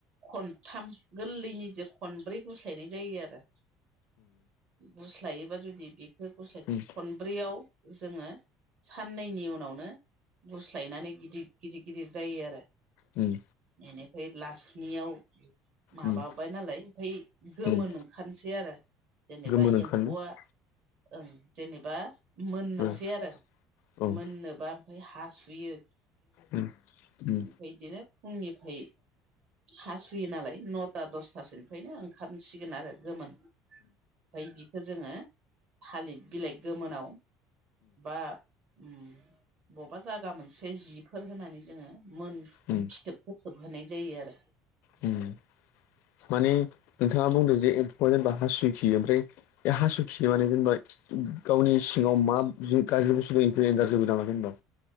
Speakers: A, on the right; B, on the left.
A: खनथाम गोलैनिजो खनब्रै गुस्लायनाय जायो आरो गुस्लायोबा जुदि बेखौ गुस्लाय
B: उम
A: खनब्रैयाव जोङो साननैनि उनावनो गुस्लायनानै गिदिर गिदिर गिदिर जायो आरो
B: उम
A: एनिफ्राय लासनियाव माबाबाय
B: उम
A: नालाय आमफाय गोमोन
B: उम
A: ओंखारनोसै आरो जेनेबा
B: गोमोन ओंखारनो
A: एम्फौआ ओं जेनेबा मोननोसै
B: औ
A: आरो
B: उम
A: मोननोबा आमफाय हासुयो
B: उम उम
A: फाय इदिनो फुंनिफाय हासुयो नालाय नथा दसथासोनिफायनो ओंखारनोसिगोन आरो गोमोन आमफाय बिखौ जोङो थालिद बिलाइ गोमोनाव बा उम बबेबा जागा मोनसे जिफोर होनानै जोङो मोन फिथोबखो
B: उम
A: थोबहोनाय जायो आरो
B: ओम माने नोंथाङा बुंदों जे एम्फौआ जेनेबा हासुयो खियो आमफ्राय बे हासु खियो माने जेनबा गावनि सिङाव मा गाज्रि बुस्थु दोङो बेफोरखौ हेंगारजोबो नामा हेनबा